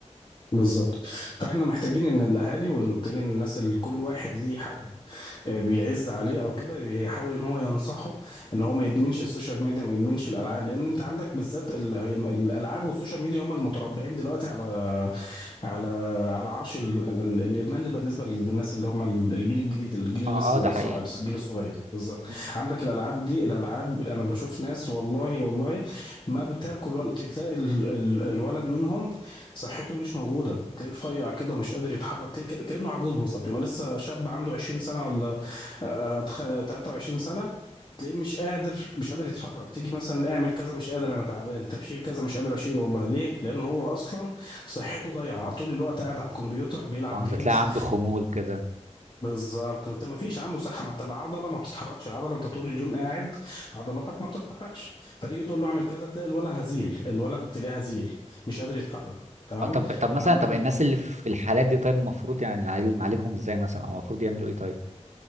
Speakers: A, on the left (about 40°); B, on the right (about 70°).
A: بالظبط فاحنا محتاجين ان الاهالي ومحتاجين الناس اللي كل واحد ليه حد آه، بيعز عليه او كده يحاول ان هو ينصحه ان هو ما يدمنش السوشيال ميديا ما يدمنش الالعاب لان انت عندك بالذات ال- هي الم- الالعاب والسوشيال ميديا هم المتربعين دلوقتي على على على عرش ال- ال- الادمان اللي بالنسبه للناس اللي هم ال- الجيل الجديد الجيل اللي
B: اه
A: لسه
B: اه ده حقيقي
A: صاعد الجيل الصغير بالظبط
B: مم.
A: عندك الالعاب دي الالعاب انا بشوف ناس والله والله ما بتاكل ولا تلاقي ال- ال- الولد منهم صحته مش موجوده تلاقيه رفيع كده ومش قادر يتحرك تلاقيه ك- كانه عجوز بالظبط يبقى لسه شاب عنده 20 سنه ولا آه، تخ- 23 سنه تلاقيه مش قادر مش قادر يتحرك تيجي مثلا اعمل كذا مش قادر انا تعبان طب شيل كذا مش قادر اشيل والله ليه لان هو اصلا صحته ضايعه طول الوقت قاعد على الكمبيوتر بيلعب
B: اه
A: جيمز
B: بتلاقي عنده خمول كده
A: بالظبط انت ما فيش عنده صحه ما انت العضله ما بتتحركش العضله انت طول اليوم قاعد عضلاتك ما بتتحركش فتيجي تقول له اعمل كذا تلاقي الولد هزيل الولد تلاقيه هزيل مش قادر يتحرك تمام
B: اه طب طب مثلا
A: عمال
B: طب الناس اللي في الحالات دي طيب المفروض يعني نعالج- نعالجهم ازاي مثلا او المفروض يعملوا ايه طيب